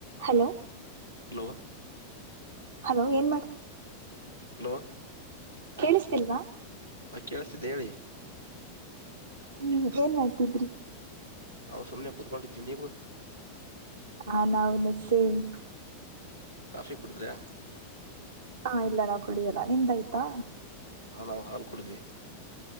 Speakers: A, on the right; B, on the right.
A: ಹಲೋ
B: ಹಲೋ
A: ಹಲೋ ಏನ್ ಮಾಡ್
B: ಹಲೋ
A: ಕೇಳಿಸ್ತಿಲ್ವಾ.
B: ಹಾ ಕೇಳಳ್ಸ್ತಿದ್ದೆ ಹೇಳಿ.
A: ಹ್ಮ್ ಏನ್ ಮಾಡ್ತಿದ್ರಿ.
B: ನಾವು ಸುಮ್ನೆ ಕುತ್ಕೊಂಡಿದ್ವಿ ನೀವು
A: ಹಾ ನಾವುನು ಸೇಮ್.
B: ಕಾಫಿ ಕುಡಿದ್ರಾ.
A: ಹಾ ಇಲ್ಲಾ ನಾವ್ ಕುಡಿಯೋಲ್ಲ ನಿಂದಾಯ್ತಾ
B: ಹಾಂ ನಾವು ಹಾಲು ಕೊಡಿದ್ವಿ.